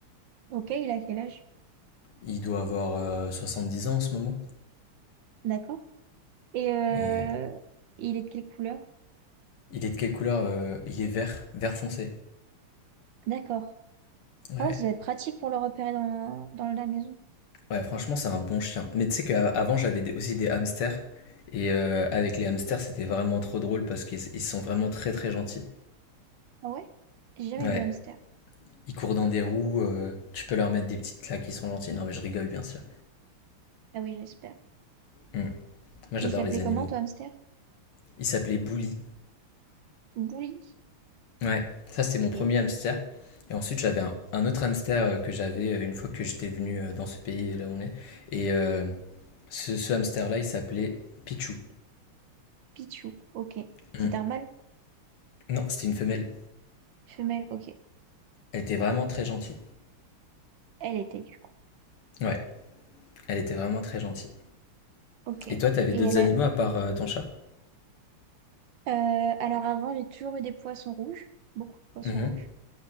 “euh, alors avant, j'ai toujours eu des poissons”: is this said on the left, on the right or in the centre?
Right